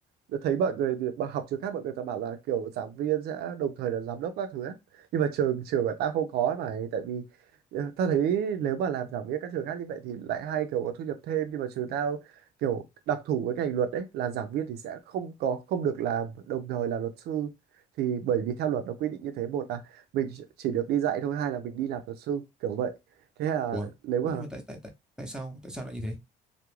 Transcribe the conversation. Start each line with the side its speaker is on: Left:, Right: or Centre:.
Right: Đã thấy mọi người thì- bà học trường khác mọi người ta bảo là kiểu giảng viên sẽ đồng thời là giám đốc các thứ á. nhưng mà trường trường của ta không có ấy mà tại vì ờ, ta thấy nếu mà làm giảng viên các trường khác như vậy thì lại hay kiểu có thu nhập thêm nhưng mà trường tao kiểu đặc thù với ngành luật đấy là giảng viên thì sẽ không có không được làm đồng thời là luật sư thì bởi vì theo luật nó quy định như thế một là mình chỉ được đi dạy thôi hai là mình đi làm luật sư kiểu vậy thế là
Centre: ủa
Right: nếu mà
Centre: thế nhưng mà tại tại tại tại sao tại sao lại như thế